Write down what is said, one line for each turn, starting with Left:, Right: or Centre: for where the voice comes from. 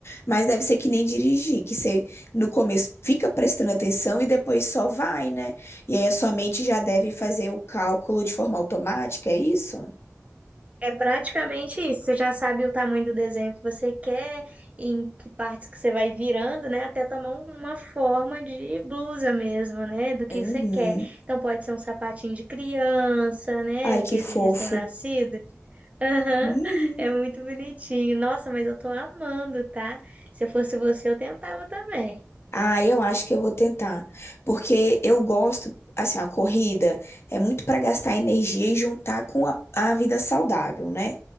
Left: mas deve ser que nem dirigir, que você no começo fica prestando atenção e depois só vai, né? E aí a sua mente já deve fazer o cálculo de forma automática, é isso?
Right: É praticamente isso. Você já sabe o tamanho do desenho que você quer, em que partes que você vai virando, né? Até tomar um- uma forma de blusa mesmo, né? Do que
Left: Uhum.
Right: você quer. Então pode ser um sapatinho de criança, né?
Left: Ai,
Right: Aqueles
Left: que fofo.
Right: de recém-nascido. <laughs>
Left: Uhum.
Right: Aham. É muito bonitinho. Nossa, mas eu tô amando, tá? Se eu fosse você, eu tentava também.
Left: Ah, eu acho que eu vou tentar, porque eu gosto, assim, a corrida é muito para gastar energia e juntar com a, a vida saudável, né?